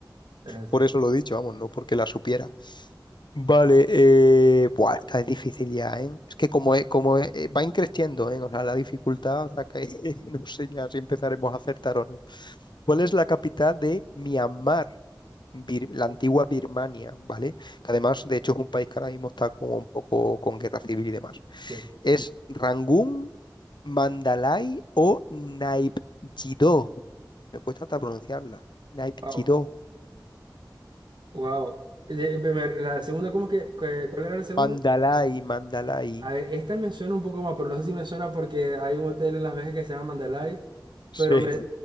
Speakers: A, on the right; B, on the left.
A: es así.
B: Por eso lo he dicho, vamos, no porque la supiera. Vale, eh... Buah, esta es difícil ya, ¿eh? Es que como, es- como es- eh, va increciendo, ¿eh? O sea, la dificultad, o sea, que <laughs> no sé ya si empezaremos a acertar o no. ¿Cuál es la capital de Myanmar? Bir- la
A: Uh,
B: antigua Birmania, ¿vale? Que además, de hecho, es un país que ahora mismo está como un poco con guerra civil y demás.
A: Sí.
B: ¿Es Rangún, Mandalay o Naipjidó? Me cuesta hasta pronunciarla. Naipjidó.
A: Wow, wow. Eh, me- me- La segunda, ¿cómo que, que- cuál era la segunda?
B: Mandalay, Mandalay.
A: A ver, esta me suena un poco más, pero no sé si me suena porque hay un hotel en Las Vegas que se llama Mandalay,
B: Sí.
A: pero me,